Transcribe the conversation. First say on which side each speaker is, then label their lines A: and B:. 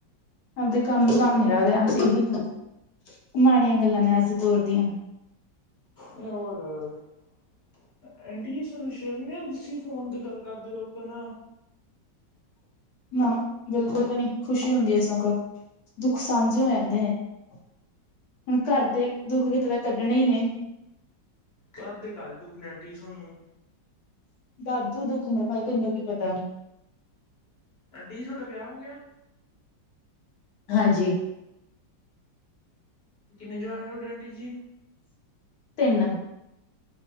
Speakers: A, on the left (about 65°); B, on the left (about 40°).
A: ਆਪਦੇ ਕੰਮ ਦੇ ਕੰਮ ਨੀ ਰੱਖਦੇ, ਅਸੀਂ ਇਹੀ ਕੰਮ ਮਾੜੀਆਂ ਗੱਲਾਂ ਨੇ ਅੱਜ ਦੇ ਦੌਰ ਦੀਆਂ।
B: ਹੋਰ <unintelligible> ਫੋਨ ਤੇ ਗੱਲ ਕਰਦੇ ਓ ਲੋਕਾਂ ਨਾਲ
A: ਨਾ, ਬਿਲਕੁਲ ਵੀ ਨੀ, ਖੁਸ਼ੀ ਹੁੰਦੀ ਏ ਸਗੋ ਦੁੱਖ ਸਾਂਝੇ ਹੋ ਜਾਂਦੇ ਨੇ, ਹੁਣ ਘਰ ਦੇ ਦੁੱਖ ਕਿਤੇ ਤਾਂ ਕੱਢਨੇ ਈ ਨੇ।
B: ਘਰ ਦੇ ਕਾਹਦੇ ਦੁੱਖ ਨੇ ਆਂਟੀ ਜੀ ਸੋਨੂੰ,
A: ਵਾਦੂ ਦੁੱਖ ਨੇ ਭਾਈ ਤੈਨੂੰ ਕੀ ਪਤਾ,
B: ਆਂਟੀ ਜੀ ਸੋਡਾ ਵਿਆਹ ਹੋ ਗਿਆ?
A: ਹਾਂਜੀ।
B: ਕਿੰਨੇ ਜਵਾਖ ਨੇ ਤੁਹਾਡੇ ਆਂਟੀ ਜੀ।
A: ਤਿੰਨ,